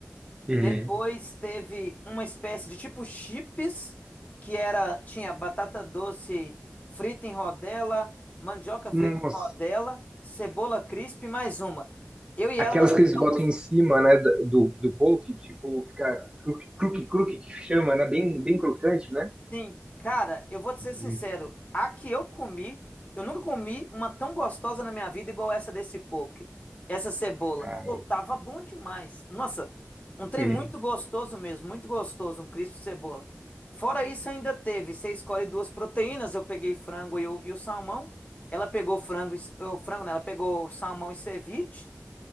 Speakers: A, on the left (about 30°); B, on the right (about 20°).
A: Depois
B: Uhum.
A: teve uma espécie de tipo chips, que era tinha batata doce frita em rodela, mandioca frita
B: Nossa.
A: em rodela, cebola crisp e mais uma. Eu e
B: Aquelas
A: ela nós
B: que
A: pegamos
B: eles botam em cima, né, do, do poke, tipo, fica cruque, cruque, cruque, que chama, né, bem, bem crocante, né?
A: Sim, cara, eu vou te ser sincero.
B: Hum,
A: A que eu comi, eu nunca comi uma tão gostosa na minha vida igual essa desse poke. Essa cebola.
B: cara.
A: Pô, tava bom demais. Nossa, um trem
B: Hum.
A: muito gostoso
B: <laughs>
A: mesmo, muito gostoso, um crisp de cebola. Fora isso, ainda teve. Você escolhe duas proteínas. Eu peguei frango e o, e o salmão. Ela pegou frango, e- o frango, né? Ela pegou salmão e ceviche.